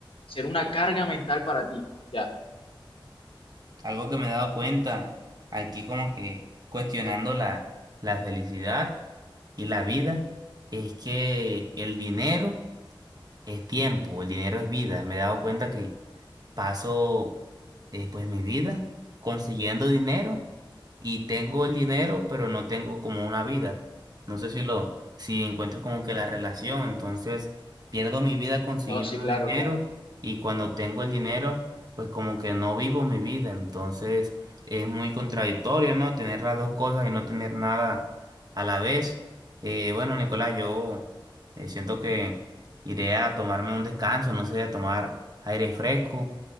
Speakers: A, on the left; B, on the right.
A: ser una carga mental para ti. Ya.
B: Algo que me he dado cuenta aquí como que cuestionando la, la felicidad y la vida es que el dinero Es tiempo, el dinero es vida. Me he dado cuenta que, paso eh, pues mi vida consiguiendo dinero y tengo el dinero, pero no tengo como una vida. No sé si lo, si encuentro como que la relación, entonces pierdo mi vida consiguiendo
A: No, sí, claro,
B: dinero
A: claro.
B: y cuando tengo el dinero, pues como que no vivo mi vida. Entonces es muy contradictorio, ¿no? Tener las dos cosas y no tener nada a la vez. Eh, bueno, Nicolás, yo eh, siento que iré a tomarme un descanso, no sé, a tomar aire fresco